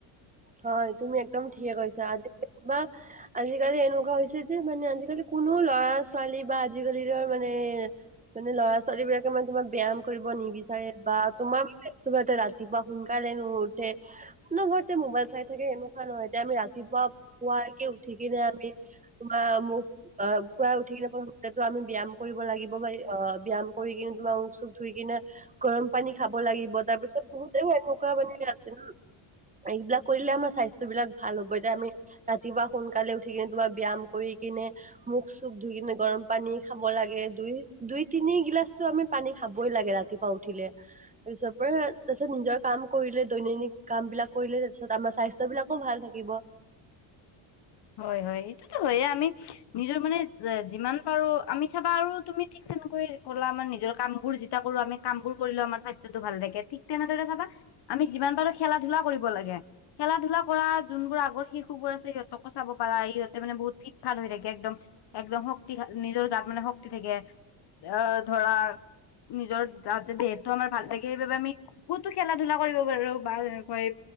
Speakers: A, on the right; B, on the left.
A: হয়। তুমি একদম ঠিকে কৈছা আজিকালি কিমান <unintelligible> আজিকালি এনেকুৱা হৈছে যে মানে আজিকালি কোনো ল'ৰা <unintelligible> ছোৱালী বা আজিকালিৰ মানে-মানে ল'ৰা-ছোৱালী বিলাকে মানে তোমাৰ ব্যায়াম কৰিব নিবিচ <unintelligible> <inaudible> বা তোমাৰ মানে ৰাতিপুৱা সোনকালে নুউঠে, অনবৰতে মোবাইল <unintelligible> চাই থাকে এনেকুৱা নহয় এতিয়া আমি ৰাতিপুৱা পুৱাকে উঠি কিনে আমি <unintelligible> তোমাৰ মুখ অ পুুৱাই উঠি <unintelligible> আমি ব্যায়াম কৰিব লাগিব বা অ ব্যায়াম কৰি কিনে তোমাৰ মুখ-চুখ ধুই কিনে গৰম <unintelligible> পানী খাব লাগিব। তাৰ পিছত বহুতেও এনেকুৱা পানী আছে ন এইবিলাক কৰিলে আমাৰ স্বা <unintelligible> <unintelligible> বস্তুবিলাক ভাল হ'ব। এতিয়া আমি ৰাতিপুৱা সোনকালে উঠি কিনে, তোমাৰ ব্যায়াম কৰি কিনে মুখ-চুখ ধুই কিনে, গৰম পানী খাব লাগে। দুই-দুই-তিনি গিলাচটো আমি <unintelligible> পানী খাবই লাগে ৰাতিপুৱা উঠিলে। <unintelligible> তাৰপিছত পৰা তাৰপিছত নিজৰ কাম কৰিলে, দৈনন্দিন কামবিলাক কৰিলে তাৰপিছত <unintelligible> তাৰপিছত আমাৰ স্বাস্থ্যবিলাকো ভাল থাকিব। <unintelligible>
B: হয়-হয়। এইটোতো হয়ে আমি <unintelligible> নিজৰ মানে যিমান পাৰো আমি চাবা আৰু তুমি ঠিক তেনেকৈ ক'লা আমাৰ নিজৰ কামবোৰ যেতিয়া কৰো আমি <unintelligible> কামবোৰ কৰিলেও আমাৰ স্বাস্থ্যটো ভাল থাকে। ঠিক তেনেদৰে চাবা <unintelligible> আমি যিমান পাৰো খেলা-ধূলা কৰিব লাগে। খেলা-ধূলা কৰা যোনবোৰ আগৰ শিশুবোৰ আছে সিহঁত <unintelligible> সিহঁতকো চাব পাৰা ইহঁতে মানে বহুত ফিট-ফাত হৈ থাকে একদম। <unintelligible> একদম শক্তি <unintelligible> নিজৰ গাত মানে শক্তি থাকে। আহ ধৰা নিজৰ যাতে দেহটো আমাৰ ভাল থাকে সেইবাবে আমি <unintelligible> কতো খেলা ধূলা কৰিব পাৰো বা তেনেকৈ।